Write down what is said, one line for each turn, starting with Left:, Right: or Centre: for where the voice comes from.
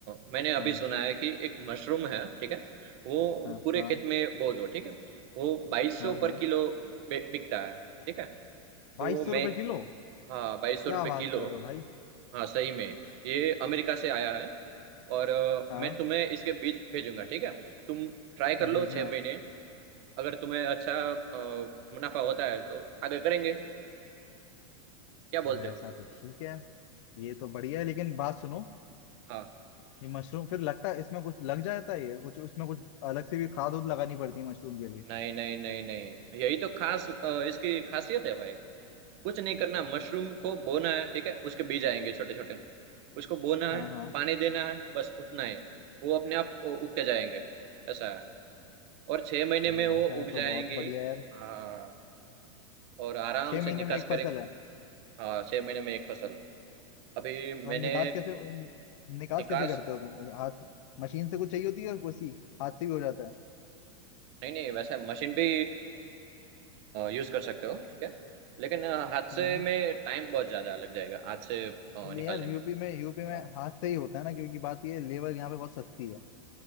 Right: मैंने अभी
Left: हाँ
Right: सुना है कि एक मशरूम है ठीक है वो
Left: हाँ
Right: पूरे
Left: हाँ
Right: खेत में बो दो ठीक है वो बाईस
Left: हाँ
Right: सौ
Left: हाँ
Right: पर किलो बे- बिकता है ठीक है तो
Left: बाईस
Right: मैं
Left: सौ रुपए किलो
Right: हाँ बाईस सौ
Left: क्या
Right: रुपये
Left: बात
Right: किलो
Left: कर रहे हो भाई
Right: हाँ सही में ये अमेरिका से आया है और अ,
Left: हाँ
Right: मैं तुम्हें इसके बीज भेजूंगा ठीक है तुम ट्राई कर लो
Left: भेजना
Right: छः
Left: है
Right: महीने अगर तुम्हें अच्छा अ, मुनाफा होता है तो आगे करेंगे क्या बोलते
Left: यार ऐसा
Right: हो
Left: तो ठीक है ये तो बढ़िया है लेकिन बात सुनो
Right: हाँ
Left: ये मशरूम फिर लगता है इसमें कुछ लग जाता है ये कुछ उसमें कुछ अलग से भी खाद उद लगानी पड़ती है मशरूम के लिए
Right: नहीं नहीं नहीं नहीं यही तो खास अ, इसकी खासियत है भाई कुछ नहीं करना मशरूम को बोना है ठीक है उसके बीज आएंगे छोटे छोटे उसको बोना
Left: हाँ
Right: है
Left: हाँ
Right: पानी देना है बस उतना ही वो अपने आप उ- उगते जाएंगे ऐसा है और छह महीने
Left: अगर
Right: में वो
Left: ऐसा
Right: उग
Left: है
Right: जाएंगे
Left: तो बहुत बढ़िया यार
Right: हाँ और आराम
Left: छह
Right: से
Left: महीने
Right: निकास
Left: में एक
Right: करेंगे
Left: फसल है
Right: हाँ छह महीने में एक फसल अभी मैंने
Left: और निकास कैसे निकास
Right: निकास
Left: कैसे करते हो तुम हाथ मशीन से कुछ चाहिए होती है या कुछ ही हाथ से भी हो जाता है
Right: नहीं नहीं वैसे मशीन भी यूज कर सकते हो ठीक है लेकिन अ, हाथ
Left: हम्म
Right: से में टाइम बहुत ज्यादा लग जाएगा हाथ से अ, निकालने
Left: ले यार यूपी
Right: में
Left: में यूपी
Right: अ,
Left: में हाथ से ही होता है ना क्योंकि बात ये है लेबर यहाँ पे बहुत सस्ती है